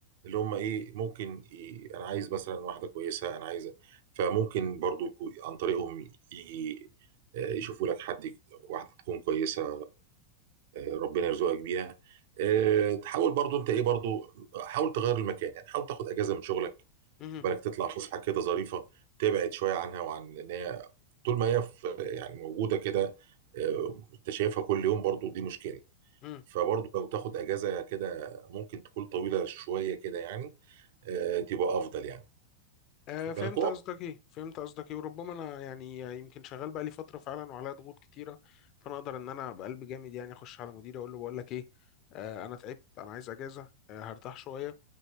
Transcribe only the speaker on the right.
اللي هم ايه ممكن ي... انا عايز مثلا واحده كويسه انا عايزه فممكن برضو يكون عن طريقهم يجي آه، يشوفوا لك حد واحده تكون كويسه آه، ربنا يرزقك بيها آه، تحاول برضو انت ايه برضو حاول تغير المكان يعني حاول تاخد اجازه من شغلك
خد بالك تطلع فسحه كده ظريفه تبعد شويه عنها وعن ان هي طول ما هي في يعني موجوده كده آه، انت شايفها كل يوم برضو دي مشكله
فبرضو لو تاخد اجازه كده ممكن تكون طويله شويه كده يعني آه، تبقى افضل يعني
خد
بالك هو